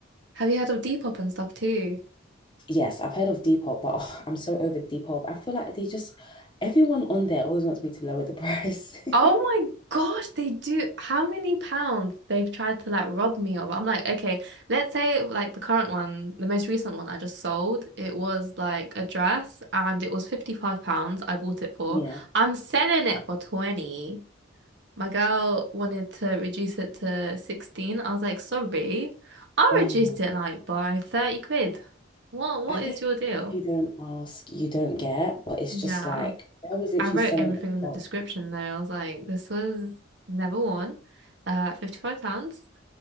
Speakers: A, on the right; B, on the left.
A: have you heard of Depop and stuff too?
B: Yes, I've heard of Depop, but <laughs> oh, I'm so over Depop. I feel like they just, everyone on there always wants me to lower the price. <laughs>
A: Oh my gosh, they do. How many pounds they've tried to like rob me of? I'm like, okay, let's say like the current one, the most recent one I just sold, it was like a dress and it was 55 pounds I bought it for.
B: Yeah.
A: I'm selling it for 20. My girl wanted to reduce it to 16. I was like, sorry, I
B: Oh,
A: reduced it like by 30 quid. What what
B: I guess
A: is your deal?
B: if you don't ask, you don't get, but it's
A: Yeah.
B: just like I was literally
A: I wrote
B: selling
A: everything
B: a
A: in
B: top.
A: the description though. I was like, this was never worn. Uh, 55 pounds.